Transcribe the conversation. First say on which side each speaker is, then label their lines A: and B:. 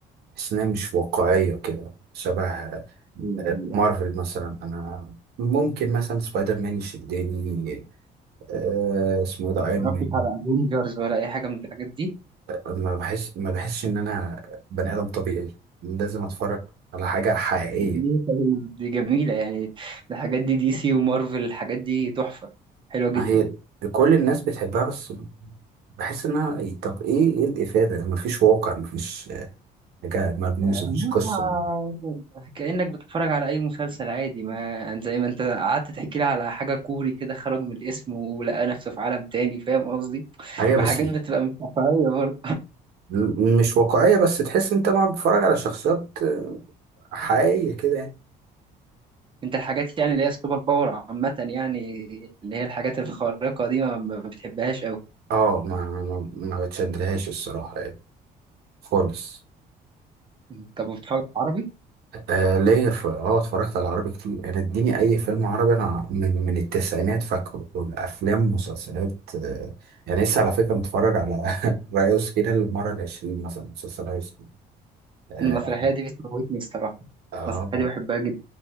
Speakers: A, on the right (about 70°); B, on the right (about 30°).
A: تحس إنها مش واقعية كده شبه آه،
B: ايوه ايوه
A: مارفل مثلا انا ممكن مثلا سبايدر مان يشدني آه، اسمه إيه ده
B: ما
A: ايرون
B: اتفرجتش
A: مان
B: على افنجرز ولا اي حاجه من الحاجات دي
A: ما بحس ما بحسش ان انا بني ادم طبيعي لازم اتفرج على حاجه حقيقيه
B: دي دي جميله يعني الحاجات دي دي سي ومارفل الحاجات دي تحفه حلوه جدا
A: ما هي كل الناس بتحبها بس بحس انها إيه، طب ايه ايه الافاده ما فيش واقع ما فيش حاجه ملموسه
B: آه،
A: ما فيش قصه
B: ما- كانك بتتفرج على اي مسلسل عادي ما يعني زي ما انت قعدت تحكي لي على حاجه كوري كده خرج من الاسم ولقى نفسه في عالم تاني فاهم قصدي
A: هي بس
B: ما حاجات بتبقى مش واقعيه برضه
A: م- مش واقعيه بس تحس انت ما بتتفرج على شخصيات آه، حقيقيه كده يعني
B: انت الحاجات يعني اللي هي السوبر باور عامه يعني اللي هي الحاجات الخارقه دي ما ما بتحبهاش قوي
A: اه ما ما ما ما بتشدلهاش الصراحه يعني خالص
B: انت بتتفرج عربي
A: آه ليا في اه اتفرجت على عربي كتير انا اديني اي فيلم عربي انا من من التسعينات فاكره والافلام مسلسلات آه يعني لسه على فكره متفرج على <laughs> ريوس كده المره العشرين مثلا مسلسل ريوس كده آه
B: المسرحية دي بتموتني الصراحة
A: آه
B: المسرحية دي بحبها جدا